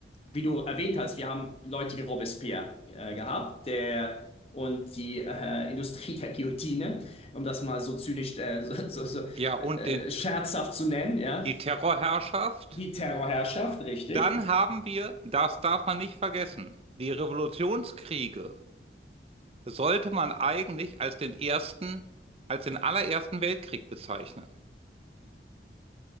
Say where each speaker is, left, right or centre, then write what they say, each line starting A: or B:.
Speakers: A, on the left; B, on the right.
A: wie du erwähnt hast, wir haben Leute wie Robespierre äh, gehabt, der und die äh, Industrie der Guillotine, um das mal so zynisch, äh, so, so, so
B: Ja, und
A: äh,
B: den,
A: scherzhaft zu nennen, ja,
B: die Terrorherrschaft,
A: die Terrorherrschaft, richtig.
B: dann haben wir, das darf man nicht vergessen, die Revolutionskriege sollte man eigentlich als den ersten, als den allerersten Weltkrieg bezeichnen.